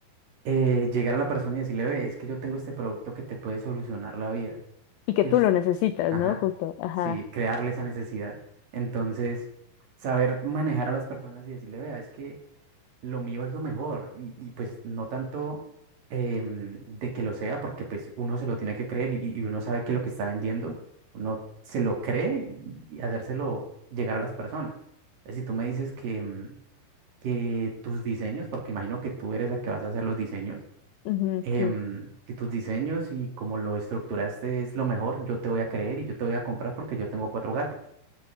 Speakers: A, on the right (about 55°); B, on the left (about 85°).
A: Eh, llegar a la persona y decirle, ve, es que yo tengo este producto que te puede solucionar la vida.
B: Y que
A: Que
B: tú
A: us-
B: lo necesitas,
A: Ajá.
B: ¿no? Justo. Ajá.
A: Sí, crearle esa necesidad. Entonces, saber manejar a las personas y decirle, vea, es que lo mío es lo mejor y, y, pues no tanto em, de que lo sea, porque pues uno se lo tiene que creer y, y uno sabe que lo que está vendiendo, uno se lo cree y, y hacérselo llegar a las personas. Eh, Si tú me dices que, em, que tus diseños, porque imagino que tú eres la que vas a hacer los diseños,
B: Ujú,
A: em,
B: sí.
A: que tus diseños y como lo estructuraste es lo mejor, yo te voy a creer y yo te voy a comprar porque yo tengo cuatro gatos.